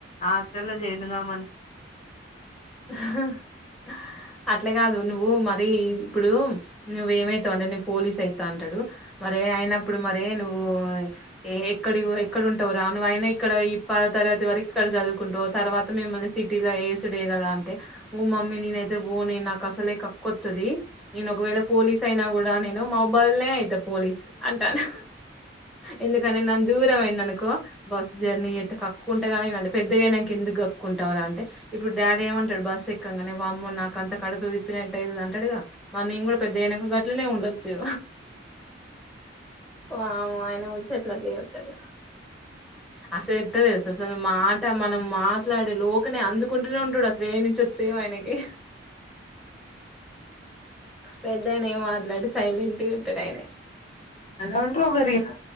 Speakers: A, on the left (about 30°); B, in the centre.
A: హస్టల్లో జాయిన్గమను
B: <unintelligible> అట్లే కాదు నువ్వు మర ఇప్పుడు నువ్వేమైత అంటే నేను పోలీస్ అయితా అంటాడు మరే అయినప్పుడు మరే నువ్వు ఏ ఎక్కడి ఎక్కడంటావు రాను అయినా ఇక్కడ ఈ ప తరగతి వరకు ఇక్కడ చదువుకుంటా తర్వాత మేము మళీ సిటీలో వేసుడే కదా అంటే ఊ మమ్మీ నేనయితేపోనే నాకు అసలే కక్కొతుది నేను ఒకవేళ పోలీస్ అయినా కూడా న న మొబైల్ అయితే పోలీసు అంటాను ఎందుకంటే ను దూరం ఏ అనుకో బస్ జర్నీ అయితే కక్కుంటే కానీంటే పెద్దగానాక ఎందుకు కక్కుంటవారు అంటే ఇప్పుడు డాడీ ఏమంట బస్ ఎక్కంగానే వామ్మో నాకు అంత కడుపులు తిప్పినట్ అ అంటడుగా మరి నేను కూడా పెద్ద ఎనక గట్లనే ఉండొచ్చు అమ ఆయన వచ్చేట్లా అట్లే చెతాడు అసలు అత్తద అసలు మాట మనం మాట్లాడే లోకనే అందుకుంటూనే ఉంటాడు అసలు ఏ ను తెవ అయన కీ పెద్దయన ఏం మాట్లాడు సైలెంట్ ఉంటాడు ఆయనే
A: ఒంటారో ఒక్కరు